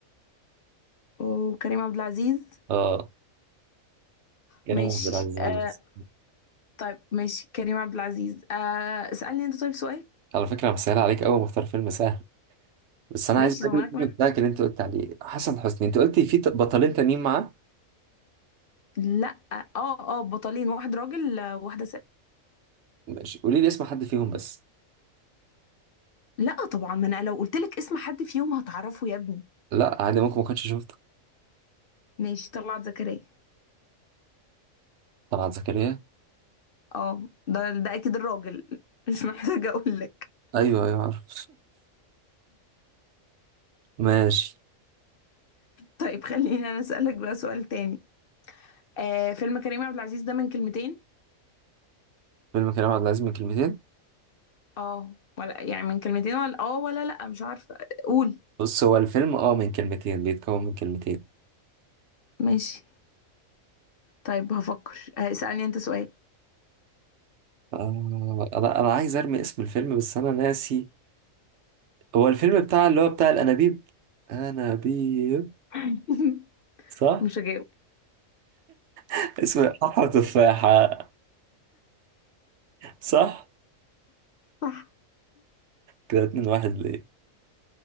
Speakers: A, on the left; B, on the right.
A: وكريم عبد العزيز
B: اه كريم
A: ماشي
B: عبد العزيز
A: آه
B: على مصر
A: طيب ماشي كريم عبد العزيز آه اسألني انت طيب سؤال
B: على فكرة أنا مسهل عليك أوي مختار فيلم سهل بس أنا
A: ماشي
B: عايز بقى
A: طب
B: أجيب
A: ما
B: الفيلم
A: انا كمان
B: بتاعك اللي أنت قلت عليه حسن حسني أنت قلت في ت- بطلين تانيين معاه
A: لا اه اه بطلين واحد راجل آه، واحدة ست
B: ماشي قولي لي اسم حد فيهم بس
A: لا طبعا ما انا لو قلت لك اسم حد فيهم هتعرفه يا ابني
B: لا عادي ممكن ما كنتش شفته
A: ماشي طلعت زكريا
B: طلعت زكريا
A: اه ده ده اكيد الراجل <laughs> مش محتاجه اقول لك
B: أيوه أيوه عارف <laughs> ماشي
A: طيب خليني انا اسالك بقى سؤال تاني آه فيلم كريم عبد العزيز ده من كلمتين
B: فيلم كريم عبد العزيز من كلمتين
A: اه ولا يعني من كلمتين ولا اه ولا لا مش عارفه قول
B: بص هو الفيلم أه من كلمتين بيتكون من كلمتين
A: ماشي طيب هفكر آه، اسالني انت سؤال
B: آه أنا أنا عايز أرمي اسم الفيلم بس أنا ناسي هو الفيلم بتاع اللي هو بتاع الأنابيب أنابيب
A: <laughs>
B: صح؟
A: مش هجاوب
B: <laughs> اسمه حفرة تفاحة صح؟
A: صح
B: كده اتنين واحد ليه